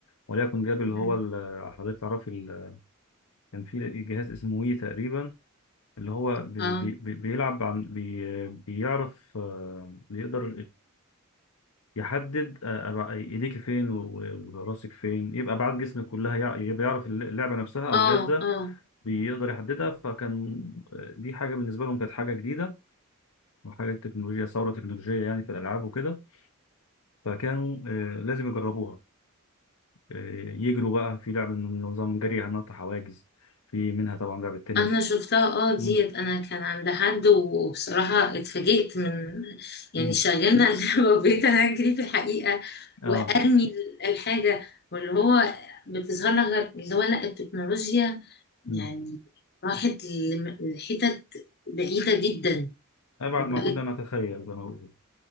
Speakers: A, on the left; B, on the left.
A: وليكن جاب اللي
B: مم.
A: هو ال- حضرتك تعرف ال- كان في جهاز اسمه وي تقريبا اللي هو
B: <laughs>
A: بي
B: اه
A: بي بي- بيلعب عن بي بيعرف آه، بيقدر يحدد آه، آه، ايديك فين و- وراسك فين يبقى ابعاد جسمك كلها يع- يبقى يعرف اللعبه نفسها
B: اه
A: او الجهاز ده
B: اه
A: بيقدر يحددها فكان آه، دي حاجه بالنسبه لهم كانت حاجه جديده وحاجه تكنولوجيا ثوره تكنولوجيه يعني في الالعاب وكده فكانوا آه، لازم يجربوها آه، يجروا بقى في لعبه من نظام جري هنط حواجز في منها طبعا لعبه تنس
B: انا شفتها اه ديت
A: مم.
B: انا كان عند حد وبصراحة اتفاجئت من يعني
A: مم.
B: شغلنا <laughs> اللعبة وبقيت انا اجري في الحقيقة
A: اه
B: وارمي الحاجة واللي هو بتظهر لك غير- اللي هو لا التكنولوجيا يعني
A: مم.
B: راحت لم- لحتت بعيدة جدا
A: ابعد
B: وبقت
A: ما كنا نتخيل زي ما بقول